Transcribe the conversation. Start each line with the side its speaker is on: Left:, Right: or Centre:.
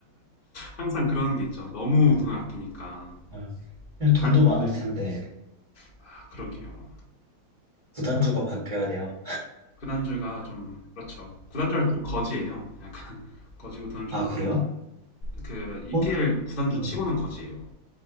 Left: 항상 그런 게 있죠. 너무
Right: 아,
Left: 돈을 아끼니까
Right: 아. 근데
Left: 다른
Right: 돈도 많을 텐데
Left: 아, 그러게요.
Right: 구단주가 바뀌어야 돼요.
Left: 구단주가 좀 그렇죠. 구단주라서 좀 거지예요. 약간 <laughs> 거지고 돈을
Right: 아, 그래요?
Left: 좀안그 EPL
Right: 어?
Left: 구단주
Right: 음.
Left: 치고는 거지예요.